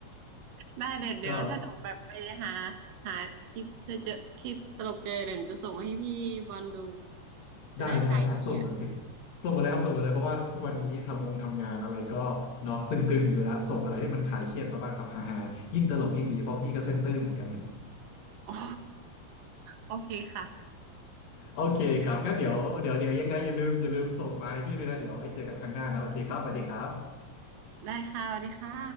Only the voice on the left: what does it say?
ก็
ได้ได้ได้ส่งมาเลย
ส่งมาเลยครับส่งมาเลยเพราะว่าทุกวันนี้ทำงงทำงานอะไรก็เนาะตึงๆอยู่แล้วส่งอะไรให้มันคลายเครียดมาบ้างครับฮ่าๆยิ่งตลกยิ่งดีเพราะพี่ก็เส้นตื้นเหมือนกัน
โอเคครับงั้นเดี๋ยวเดี๋ยวเดี๋ยวยังไงอย่าลืมอย่าลืมส่งมาให้พี่ด้วยนะเดี๋ยวไว้เจอกันครั้งหน้านะโอเคครับสวัสดีครับ